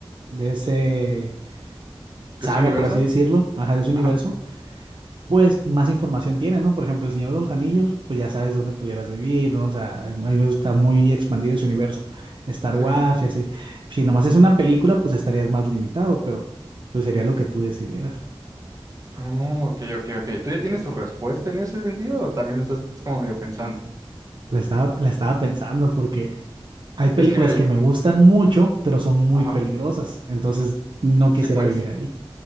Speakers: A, on the right (about 55°); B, on the right (about 35°).
A: de ese saga,
B: de ese universo,
A: por así decirlo, ajá, de ese universo,
B: ajá,
A: pues más información tienes, ¿no? Por ejemplo, El Señor de los Anillos, pues ya sabes dónde pudieras vivir, ¿no? O sea, hay- hay veces está muy expandido ese universo. Star
B: Simón.
A: Wars y así. Si nomás es una película, pues estarías más limitado, pero pues sería lo que tú decidieras.
B: Oh, ok, ok, ok. ¿Tú ya tienes tu respuesta en ese sentido o también lo estás como medio pensando?
A: La estaba, la estaba pensando porque hay películas
B: Es que mira,
A: que
B: y-
A: me gustan mucho, pero son muy
B: ajá,
A: peligrosas. Entonces no
B: sí,
A: quisiera
B: pues,
A: vivir ahí.